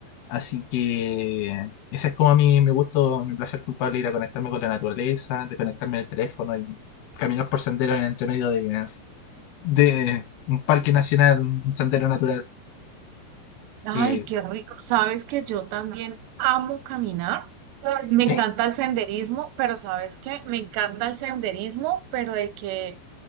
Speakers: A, on the left (about 75°); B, on the right (about 80°).
A: Así que ese es como a mí me gusto, mi placer culpable, ir a conectarme con la naturaleza, desconectarme del teléfono y caminar por senderos en entre medio de, de un parque nacional, un sendero natural.
B: Ay,
A: Eh,
B: qué rico. Sabes que yo también amo caminar. Me
A: ¿qué?
B: encanta el senderismo, pero ¿sabes qué? Me encanta el senderismo, pero de que